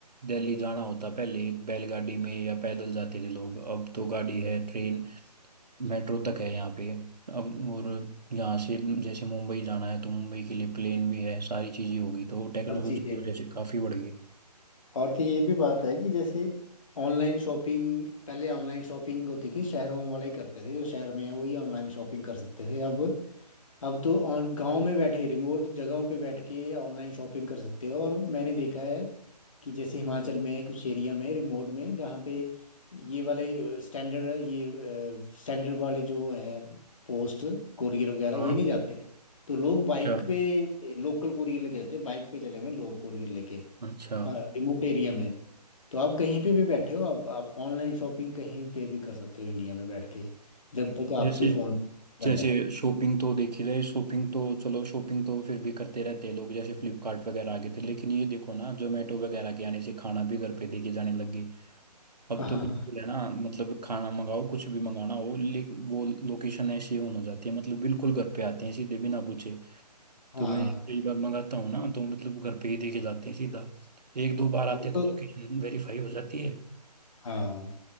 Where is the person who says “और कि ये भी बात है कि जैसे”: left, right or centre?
Left